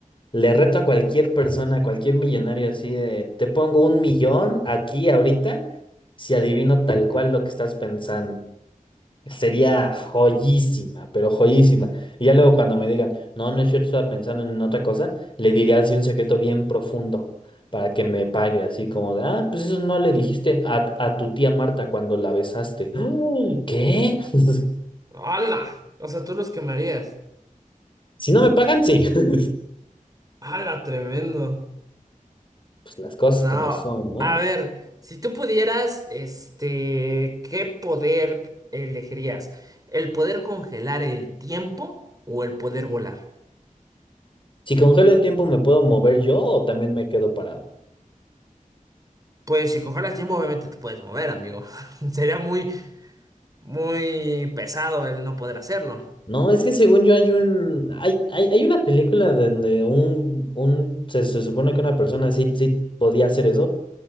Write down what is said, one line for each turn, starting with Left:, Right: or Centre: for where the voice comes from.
Left: le reto a cualquier persona, a cualquier millonario así de, te pongo un millón aquí ahorita si adivino tal cual lo que estás pensando. Sería joyísima, pero joyísima. Y ya luego cuando me digan, no, no es cierto, estaba pensando en otra cosa, le diría así un secreto bien profundo para que me pague, así como de, ah, pues eso no le dijiste a, a tu tía Marta cuando la besaste. <gasps> ¿Qué? <laughs>
Right: ¡Hala! O sea, tú los quemarías.
Left: Si no me pagan, sí. <laughs>
Right: ¡Hala, tremendo!
Left: Pues las cosas
Right: No,
Left: como son, ¿no?
Right: a ver, si tú pudieras, este, ¿qué poder elegirías? ¿El poder congelar el tiempo o el poder volar?
Left: Si congelo el tiempo, ¿me puedo mover yo o también me quedo parado?
Right: Pues si congelas tiempo, obviamente te puedes mover, amigo. <laughs> Sería muy, muy pesado el no poder hacerlo.
Left: No, es que según yo hay un... Hay, hay, hay una película donde un, un... Se, se supone que una persona sí, sí podía hacer eso,